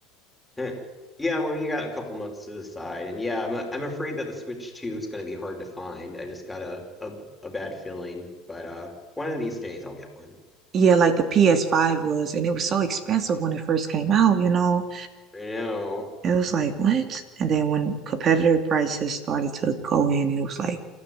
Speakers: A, in the centre; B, on the right.
A: Huh. Yeah, well, you got a couple months to decide. And yeah, I'm I'm afraid that the Switch 2 is going to be hard to find. I just got a, a a bad feeling, but uh one of these days I'll get one.
B: Yeah, like the PS5 was, and it was so expensive when it first came out, you know.
A: I know.
B: It was like, what? And then when competitor prices started to go in, it was like,